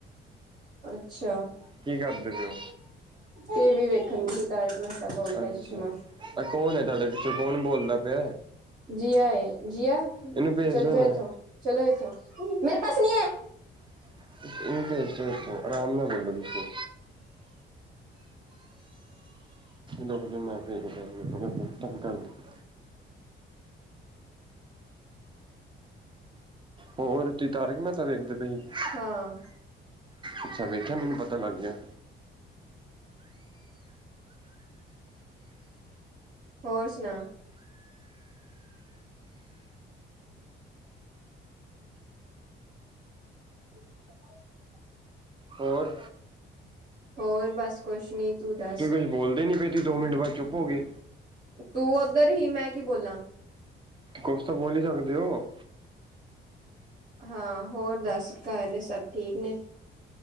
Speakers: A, on the right; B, on the right.
A: ਅੱਛਾ <inaudible>
B: ਕੀ ਕਰਦੇ ਪਏ ਹੋ?
A: ਟੀ ਵੀ ਵੇਖਣ ਦੀ ਸੀ ਤਾਂਹਿ ਮੈਂ ਉਲਟਾ
B: ਅੱਛਾ।
A: ਚਸ਼ਮਾ <inaudible>
B: ਆ ਕੌਣ ਹੈ ਤੁਹਾਡੇ ਪਿੱਛੋਂ ਕੌਣ ਬੋਲਦਾ ਪਿਆ?
A: ਜੀਆ-ਜੀਆ
B: ਇਹਨੂੰ ਭੇਜ
A: ਚੱਲ
B: ਦੋ
A: ਜਾ
B: ਨਾ।
A: ਇੱਥੋਂ ਚਲੋ ਏਥੋਂ ਮੇਰੇ ਪਾਸ ਨੀ ਹੈ।
B: <inaudible> ਇਹਨੂੰ ਭੇਜ ਦੋ ਇਥੋਂ ਆਰਾਮ ਨਾਲ ਬੋਲੋ ਤੁਸੀ ਰੁਕਜੋ ਮੈ ਭੇਜਦਾ ਇਹਨਾ ਨੂੰ ਬੜਾ ਤੰਗ ਕਰਦੀ। ਹੋਰ <unintelligible> ਸ ਵੇਖਦੇ ਪਏ। ਸੀ
A: ਹਾਂ
B: ਅੱਛਾ ਵੇਖਿਆ ਮੈਨੂੰ ਪਤਾ ਲੱਗ ਗਿਆ।
A: ਹੋਰ ਸੁਣਾ। <inaudible>
B: ਹੋਰ
A: ਹੋਰ ਬਸ ਕੁਛ ਨੀ ਤੂੰ ਦੱਸ।
B: ਤੁਸੀਂ ਕੁਛ ਬੋਲਦੇ ਨੀ ਪਏ ਤੀ ਦੋ ਮਿੰਟ ਬਾਦ ਚੁੱਪ ਹੋਗੇ।
A: ਤੂੰ ਉੱਧਰ ਹੀ ਮੈਂ ਕੀ ਬੋਲਾਂ
B: ਕੁਛ ਤਾਂ ਬੋਲੀ ਹੀ ਸਕਦੇ ਹੋ।
A: ਹਾਂ ਹੋਰ ਦੱਸ ਘਰ ਨੇ ਸਭ ਠੀਕ ਨੇ।